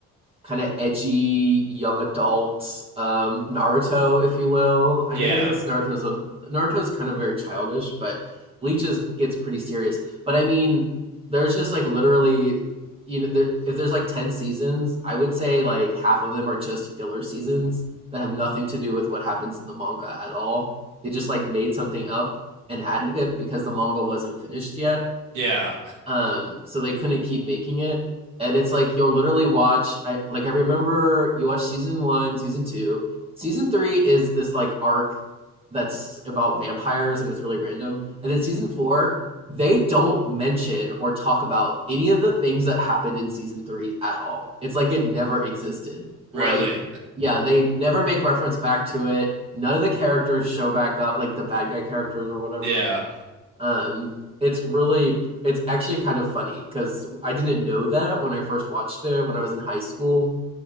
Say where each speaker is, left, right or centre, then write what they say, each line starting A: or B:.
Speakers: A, on the right; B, on the right.
A: kind of edgy young adult um, Naruto, if you will. I
B: Yeah,
A: mean, I guess Naruto's a, Naruto's kind of very childish, but Bleach is, gets pretty serious. But I mean, there's just like literally, you know, there, if there's like ten seasons, I would say like half of them are just filler seasons that have nothing to do with what happens in the manga at all. They just like made something up and added it because the manga wasn't finished yet
B: yeah,
A: um so they couldn't keep making it and it's like you'll literally watch i like i remember you watch season one season two season three is this like arc that's about vampires and it's really random and then season four they don't mention or talk about any of the things that happened in season three at all it's like it never existed like
B: really,
A: yeah they never make reference back to it none of the characters show back up like the bad guy characters or whatever
B: yeah.
A: um, it's really, it's actually kind of funny because I didn't know that when I first watched it when I was in high school.